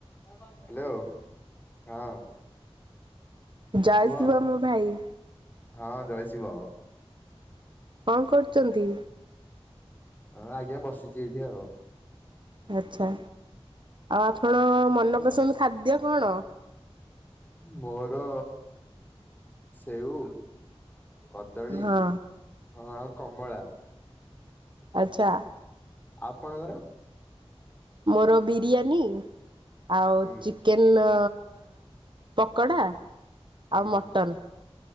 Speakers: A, on the left (about 15°); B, on the right (about 50°).
A: Hello ହଁ।
B: ଜୟ
A: କୁହ
B: ଶିବ ମୋ ଭାଇ।
A: ହଁ ଜୟ ଶିବ।
B: କଣ କରୁଛନ୍ତି?
A: ହଁ ଆଜ୍ଞା ବସିଛି ଏଇଠି ଆଉ।
B: ଆଚ୍ଛା ଆଉ ଆପଣ ମନପସନ୍ଦ ଖାଦ୍ୟ କଣ?
A: ମୋର ସେଉ କଦଳୀ
B: ହଁ
A: ହଁ ଆଉ କମଳା।
B: ଆଚ୍ଛା।
A: ଆପଣଙ୍କର?
B: ମୋର ବିରିୟାନୀ ଆଉ
A: ହୁଁ
B: ଚିକ୍ ଚିକେନ୍ ଅ ପକୋଡ଼ା
A: ହୁଁ
B: ଆଉ ମଟନ୍।